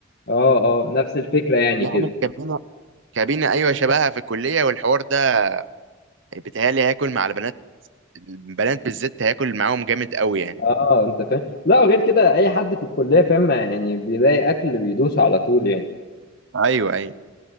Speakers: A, on the left; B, on the right.
A: اه اه نفس الفكره يعني
B: نعمل
A: كده
B: كابينه كابينه ايوه شبهها في الكليه والحوار ده بيتهيألي هياكل مع البنات البنات بالذات هياكل معاهم جامد قوي يعني
A: اه انت فاهم لا غير كده اي حد في الكليه فاهم يعني بيلاقي اكل بيدوس على طول يعني
B: ايوه ايوه